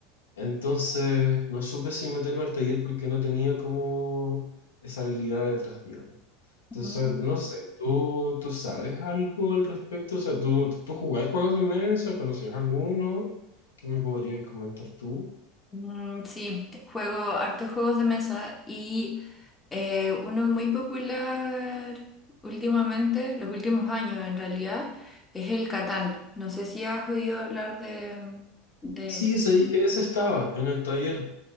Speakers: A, on the left; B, on the left.
A: Entonces, no supe si meterme al taller porque no tenía como esa habilidad detrás, digamos. Entonces,
B: ujú.
A: no sé, ¿tú, tú sabes algo al respecto? O sea, ¿tú, tú jugás juegos de mesa? ¿Conoces alguno? ¿Qué me podrías comentar tú?
B: Mm, sí, juego hartos juegos de mesa y eh, uno muy popular últimamente, los últimos años en realidad, es el Catán. No sé si has oído hablar de, de
A: Sí,
B: él.
A: sabéis que ese estaba en el taller.